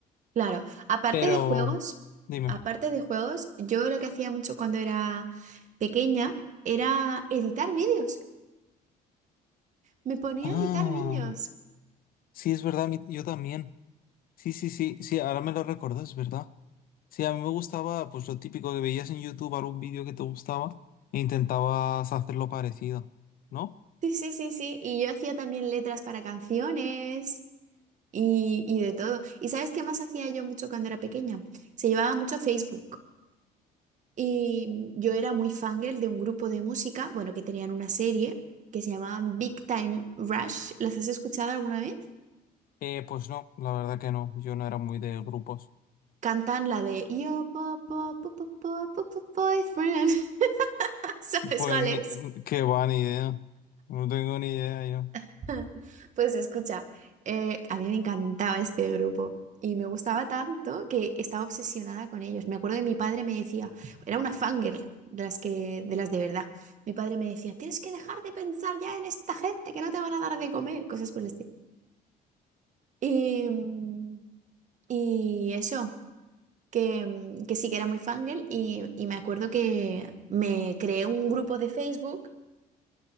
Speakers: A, on the right; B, on the left.
A: Claro, aparte
B: Pero,
A: de juegos,
B: dime.
A: aparte de juegos, yo lo que hacía mucho cuando era pequeña era editar vídeos. Me ponía
B: Ah,
A: a editar vídeos.
B: sí, es verdad, mi- yo también. Sí, sí, sí, sí, ahora me lo recuerdo, es verdad. Sí, a mí me gustaba pues lo típico que veías en YouTube, algún vídeo que te gustaba e intentabas hacerlo parecido, ¿no?
A: Sí, sí, sí, sí. Y yo hacía también letras para canciones. y, y de todo. ¿Y sabes qué más hacía yo mucho cuando era pequeña? Se llevaba mucho Facebook. Y yo era muy fangirl de un grupo de música, bueno, que tenían una serie que se llamaba Big Time Rush. ¿Las has escuchado alguna vez?
B: Eh, pues no, la verdad que no, yo no era muy de grupos.
A: Cantan la de Yo, po, po, po, po, po, po, po, boyfriend. <laughs> ¿Sabes
B: Pues
A: cuál
B: ni,
A: es?
B: qué va, ni idea. No tengo ni idea yo.
A: <laughs> Pues escucha, eh, a mí me encantaba este grupo y me gustaba tanto que estaba obsesionada con ellos. Me acuerdo de mi padre me decía, era una fangirl de las que, de las de verdad. Mi padre me decía, tienes que dejar de pensar ya en esta gente que no te van a dar de comer, cosas por el estilo. Y, mm, y eso, que, mm, que sí que era muy fangirl y, y me acuerdo que me creé un grupo de Facebook